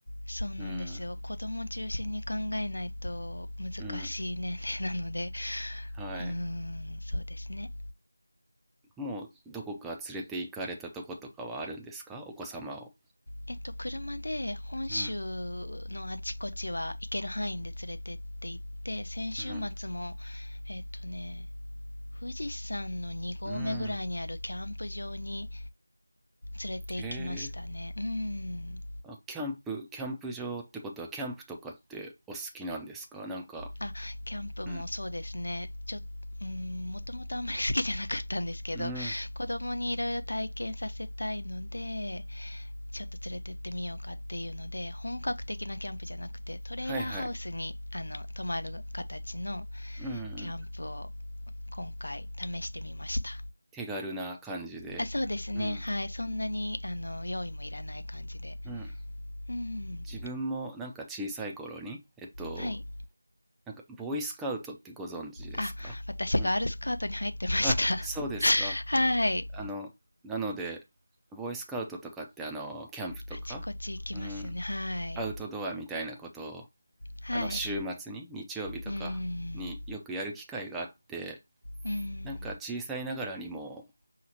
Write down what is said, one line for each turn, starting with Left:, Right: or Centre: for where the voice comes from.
Left: そうなんですよ。
Centre: うん、
Left: 子供中心に考えないと難しい年齢
Centre: うん、
Left: <laughs> なので、
Centre: はい。
Left: うーん、そうですね。
Centre: もう、どこか連れて行かれたとことかはあるんですかお子様を。
Left: えっと、車で本州
Centre: うん、
Left: のあちこちは行ける範囲で連れてって行って、先週末も、
Centre: うん、
Left: えっとね、富士山の2合目ぐらいにあるキャンプ場に
Centre: うん。
Left: 連れて行きましたね。
Centre: へえ。
Left: うん。
Centre: あ、キャンプ、キャンプ場ってことは、キャンプとかってお好きなんですかなんか、
Left: あ、キャンプもそうですね。
Centre: うん。
Left: ちょうん、もともとあんまり好きじゃなかったんですけど、
Centre: うん。
Left: 子供にいろいろ体験させたいので、ちょっと連れてってみようかっていうので、本格的なキャンプじゃなくて、トレーラーハウスに、
Centre: はいはい。
Left: あの、泊まる形の
Centre: うん。
Left: キャンプを今回試してみました。
Centre: 手軽な感じで。
Left: あ、そうですね。
Centre: うん。
Left: はい。そんなに、あの、用意もいらない感じで。
Centre: うん。
Left: うん。
Centre: 自分もなんか小さい頃に、えっと、
Left: はい。
Centre: なんか、ボーイスカウトってご存知ですかうん。
Left: あ、私ガールスカートに入ってました。
Centre: あ、そうですか。
Left: <laughs> はい。
Centre: あの、なので、ボーイスカウトとかって、あの、キャンプとか、
Left: あちこち行きますよね。
Centre: うん、
Left: はい。
Centre: アウトドアみたいなことを、
Left: はい。
Centre: あの、週末に、日曜日とかによくやる機会があって、
Left: うーん。うーん。
Centre: なんか小さいながらにも、